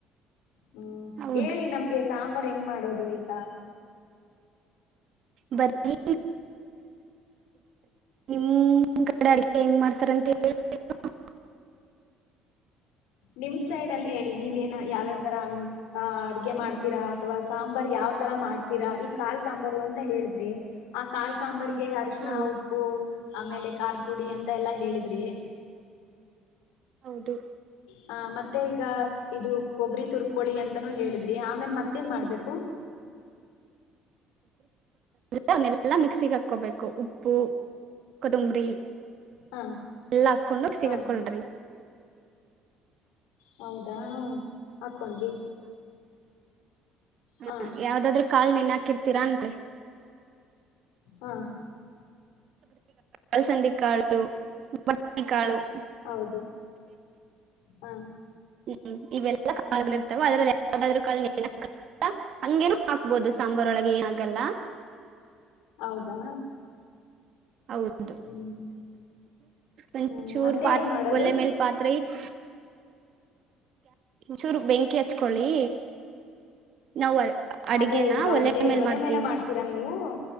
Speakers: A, on the left; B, on the right.
A: ಹ್ಮ್
B: ಹೌದು
A: ಹೇಳಿ ನಮ್ಗೆ ಸಾಂಬಾರ್ು ಹೆಂಗ್ ಮಾಡೋದು ಈಗ
B: ಬರಿ ನಿಮ ಕಡೆ ಅಡಗೆ ಹೆಂಗ್ ಮಾಡ್ತಾರಂತ <unintelligible>
A: ನಿಮ್ ಸೈಡ್ ಅಲ್ಲಿ ಹೇಳಿ ನೀವ ಏನ ಯಾವ್ಯಾವ್ ತರ ಅ ಅಡ್ಗೆ ಮಾಡ್ತೀರಾ ಅಥವಾ ಸಾಂಬಾರ್ ಯಾವ ತರ ಮಾಡ್ತೀರಾ ಕಾಳ್ ಸಾಂಬಾರು ಅಂತ ಹೇಳಿದ್ರಿ ಆ ಕಾ ಸಾಂಬಾರ್ಗೆ ಅರ್ಶನ
B: ಹಾ
A: ಉಪ್ಪು ಆಮೇಲೆ ಕಖಾರ್ ಪುಡಿ ಅಂತ ಎಲ್ಲಾ ಹೇಳಿದ್ರಿ
B: ಹೌದು
A: ಹ ಮತ್ತೆ ಈಗ ಇದು ಕೊಬರಿಿ ತುರ್ಕೋಳಿ ಅಂತಾನೂ ಹೇಳಿದ್ರಿ ಆಮೇಲೆ ಮತ್ತೇನ್ ಮಾಡ್ಬೇಕು
B: ಅವನ್ನೆಲ್ಲಾ ಮಿಕ್ಸಿಿಗೆ ಹಾಕೋಬೇಕು ಉಪ್ಪು <unintelligible> ಕೊದಂಬರಿ
A: ಹಾ
B: ಎಲ್ಲ ಹಾಕ್ಕೊಂಡೋಗ ಸಿಗಾಕ್ಕೊಳ್ರಿ
A: ಹಾ ಹೌದಾ ಹಾಕೊಂಡ್ವಿ
B: ಹ್ಮ
A: ಹಾ
B: ಯಾವ್ದಾದ್ೂ ಕಾಳ ನಿನ ಹಾಕಿರ್ತೀರಾ ಅಂತೆ
A: ಹಾ
B: ೃ ಸಂಡಿಕಾಳಟ್ಟಿಕಾಳು <unintelligible>
A: ಹೌದು ಹಾ
B: ಹ್ಮ್ ಇವೆಲ್ಲಾ ಕಾಗಳ ಇರ್ತಾವ ಅದ್ರಲ್ಲಿ ಯ ಕ ಹಂಗೇನು ಹಾಕ್ಬೋದು ಸಾಂಬಾರ್ ಒಳಗೆ ಆಗಲ್ಲ <unintelligible>
A: ಹೌದಾ
B: ಹೌದು
A: ಹ್ಮ್
B: ಒಂಚೂರ್
A: ಹ್ಮ್ ಮತ್ತೆ
B: ಪಾತ್
A: ಏನ್ ಮಾಡೋದು
B: ಒಲೆ ಮೇಲ್ ಪಾತ್ರೆ ಇಟ್ ಚೂರು ಬೆಂಕಿ ಹಚ್ಕೊಳ್ಳಿ ನಾವ್ ಅಡಿಗೆನ
A: ಅದೇ ಈಗ ಒಲೆ
B: ಮೇಲ್
A: ಒಲೆ
B: ಮಾಡ್ತೀವಿ
A: ಮೇಲೆ ಮಾಡ್ತೀರಾ ನೀವು <inaudible>